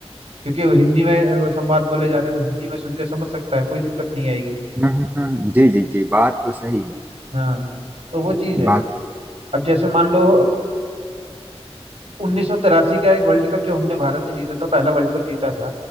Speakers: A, on the right; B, on the right.
A: क्योंकि वो हिंदी में अ, वो संवाद बोले जा रहे हैं वो हिंदी में सुन के समझ सकता है कोई दिक्कत नहीं आएगी
B: हम्म हम्म, हम्म, जी जी जी बात तो सही है
A: हाँ तो वो चीज है
B: बात
A: अब जैसे मान लो 1983 का एक वर्ल्ड कप जो हमने भारत ने जीता था पहला वर्ल्ड कप जीता था